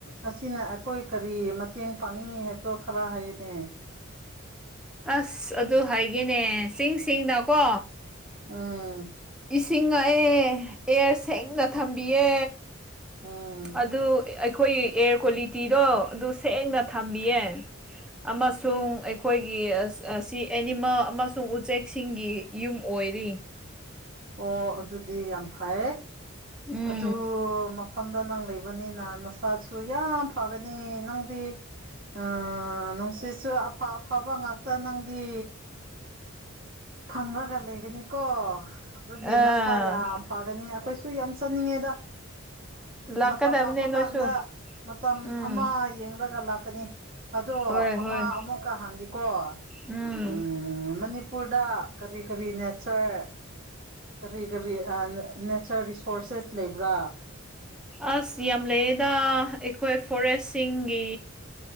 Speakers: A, on the right; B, in the centre.
A: ꯑꯁꯤꯅ ꯑꯈꯣꯏ ꯀꯔꯤ ꯃꯇꯦꯡ ꯄꯥꯡꯉꯤ ꯍꯥꯏꯕꯗꯣ ꯈꯥꯔꯥ ꯍꯥꯏꯌꯨꯅꯦ
B: ꯑꯁ ꯑꯗꯨ ꯍꯥꯏꯒꯦꯅꯦ ꯁꯤꯡ ꯁꯤꯡꯅꯀꯣ
A: ꯎꯝ
B: ꯏꯁꯤꯡꯉꯛꯑꯦ ꯑꯦꯌꯔ ꯁꯦꯡꯅ ꯊꯝꯕꯤꯌꯦ
A: ꯎꯝ
B: ꯑꯗꯨ ꯑꯩꯈꯣꯏꯒꯤ ꯑꯦꯌꯔ ꯀ꯭ꯋꯥꯂꯤꯇꯤꯗꯣ ꯑꯗꯨ ꯁꯦꯡꯅ ꯊꯝꯂꯤꯌꯦ ꯑꯃꯁꯨꯡ ꯑꯩꯈꯣꯏꯒꯤ ꯑꯁ ꯑꯁ ꯑꯁꯤ ꯑꯦꯅꯤꯃꯜ ꯑꯃꯁꯨꯡ ꯎꯆꯦꯛꯁꯤꯡꯒꯤ ꯌꯨꯝ ꯑꯣꯏꯔꯤ
A: ꯑꯣ ꯑꯗꯨꯗꯤ ꯌꯥꯝ ꯐꯩꯌꯦ
B: ꯎꯝ
A: ꯗꯨ ꯃꯐꯝꯗ ꯅꯪ ꯂꯩꯕꯅꯤꯅ ꯅꯁꯥꯁꯨ ꯌꯥꯝ ꯐꯒꯅꯤ ꯅꯪꯗꯤ ꯑ ꯅꯨꯡꯁꯤꯠꯁꯨ ꯑꯐ ꯑꯐꯕ ꯉꯥꯛꯇ ꯅꯪꯗꯤ ꯐꯪꯔꯒ ꯂꯩꯒꯅꯤ ꯀꯣ ꯑꯗꯨꯒꯤ
B: ꯑꯥ
A: ꯅꯁꯥ ꯌꯥꯝ ꯐꯒꯅꯤ ꯑꯈꯣꯏꯁꯨ ꯁꯨ ꯌꯥꯝ ꯆꯠꯅꯤꯡꯉꯦꯗ
B: ꯂꯥꯛꯀꯗꯕꯅꯦ
A: ꯃꯇꯝ ꯂꯥꯛꯄ
B: ꯅꯣꯏꯁꯨ
A: ꯀꯥꯟꯗ ꯃꯇꯝ
B: ꯎꯝ
A: ꯑꯃ ꯌꯦꯡꯔꯒ ꯂꯥꯛꯀꯅꯤ ꯑꯗꯣ
B: ꯍꯣꯏ
A: ꯑꯃ
B: ꯍꯣꯏ
A: ꯑꯃꯨꯛꯀ ꯍꯥꯡꯒꯦꯀꯣ
B: ꯎꯝ
A: ꯎꯝ ꯃꯅꯤꯞ ꯗ ꯀꯔꯤ ꯀꯔꯤ ꯅꯦꯆꯔ ꯀꯔꯤ ꯀꯔꯤ ꯑ ꯅꯦꯆꯔ ꯔꯤꯁꯣꯔꯁꯦꯁ ꯂꯩꯕ꯭ꯔꯥ
B: ꯑꯁ ꯌꯥꯝ ꯂꯩꯌꯦꯗ ꯑꯩꯈꯣꯏ ꯐꯣꯔꯦꯁꯁꯤꯡꯒꯤ